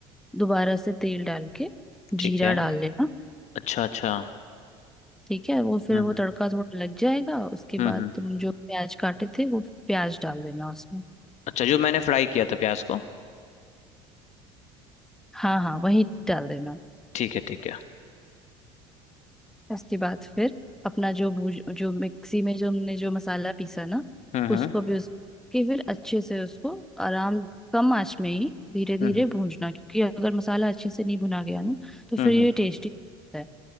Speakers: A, in the centre; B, on the left.
A: दोबारा से तेल डाल के
B: ठीक
A: जीरा
B: है
A: डाल लेना
B: अच्छा अच्छा
A: ठीक है वो फिर
B: हम्म
A: वो
B: हम्म
A: तड़का थोड़ा लग जाएगा उसके
B: हम्म
A: बाद
B: हम्म।
A: तुम जो प्याज काटे थे वो प्याज डाल देना उसमें
B: अच्छा जो मैंने फ्राई किया था प्याज को
A: हाँ हाँ वही डाल देना
B: ठीक है ठीक है
A: उसके बाद फिर अपना जो भूज जो मिक्सी में जो हमने जो मसाला पीसा ना
B: हम्म
A: उसको
B: हम्म
A: भी उसके फिर अच्छे से उसको आराम कम आंच में ही धीरे धीरे
B: हम्म
A: भूनना क्योंकि अगर मसाला अच्छे से नहीं भुना गया ना तो फिर
B: हम्म
A: ये
B: हम्म।
A: टेस्टी है